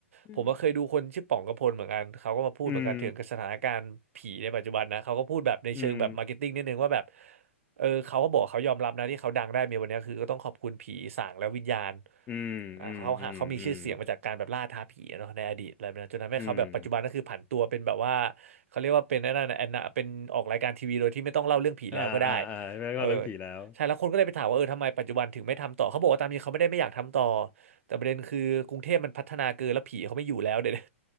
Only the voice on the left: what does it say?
อืม
อืมอืม
อืมอืมอืมอืม
อืม
อ่าอ่าอ่าแล้วก็เรื่องผีแล้ว